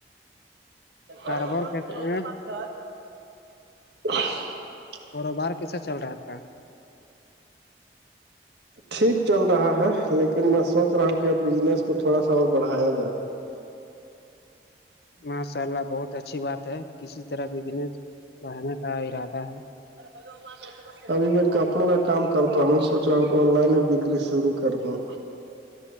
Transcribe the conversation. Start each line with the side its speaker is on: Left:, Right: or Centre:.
Right: ج
Left: کاروبار
Right: کون
Left: کیسے
Right: ہوتا بات آ <unintelligible>
Left: کاروبار کیسے چل رہا ہے آپ کا
Right: ٹھیک چل رہا ہے لیکن میں سوچ رہا ہوں کہ اب بجنس کو تھوڑا سا اور بڑھایا جائے <inaudible>
Left: ماشاء اللہ بہت اچھی بات ہے کسی طرح بزنس بڑھانے کا ارادہ ہے
Right: ار <unintelligible> ابھی میں کپڑوں کا کام کرتا ہوں سوچ رہا ہوں کہ آن لائن میں بکری شروع کر دوں